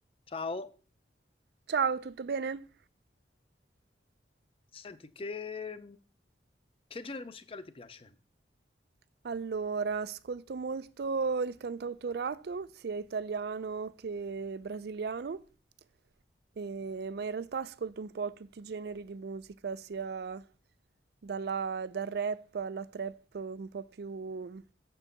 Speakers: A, on the left; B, on the right.
A: Ciao,
B: Ciao, tutto bene?
A: senti, che, che genere musicale ti piace?
B: Allora, ascolto molto il cantautorato, sia italiano che brasiliano, e- ma in realtà ascolto un po' tutti i generi di musica, sia dalla- dal rap alla trap un po' più